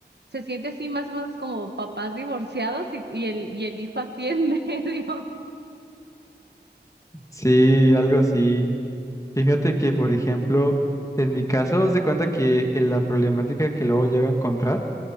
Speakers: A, on the right; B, on the left.
A: Se siente así más o menos como papás divorciados y, y el, y el hijo así en <laughs> medio.
B: Sí, algo así. Fíjate que, por ejemplo, en mi caso, haz de cuenta que eh, la problemática que luego llego a encontrar